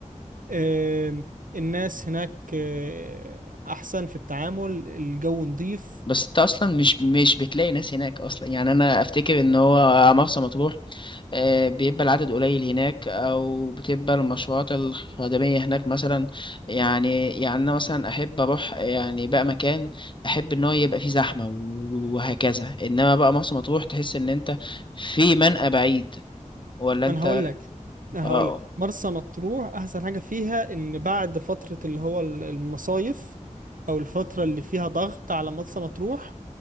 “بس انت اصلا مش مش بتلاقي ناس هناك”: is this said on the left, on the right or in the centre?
Left